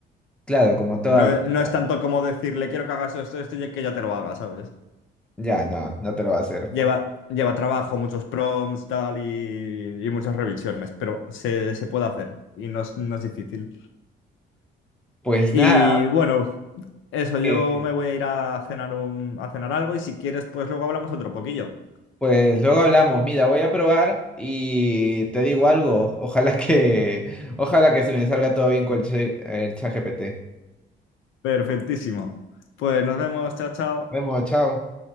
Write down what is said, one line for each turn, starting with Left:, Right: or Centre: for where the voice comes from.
Centre: claro, como toda
Left: No,
Centre: la
Left: no
Centre: vida.
Left: es tanto como decirle, quiero que hagas esto, esto y que ya te lo haga, ¿sabes?
Centre: Ya, no, no te lo va a hacer,
Left: Lleva,
Centre: pues.
Left: lleva trabajo, muchos prompts, tal, y, y muchas revisiones, pero se, se puede hacer y no es, no es difícil.
Centre: Pues
Left: Y
Centre: nada,
Left: bueno, eso, yo
Centre: eh,
Left: me voy a ir a cenar, un, a cenar algo y si quieres, pues luego hablamos otro poquillo.
Centre: pues luego hablamos. Mira, voy a probar y te digo algo. Ojalá que, ojalá que se me salga todo bien con el, chat- el ChatGPT.
Left: Perfectísimo. Pues nos vemos, chao, chao.
Centre: Nos Vemos, chao.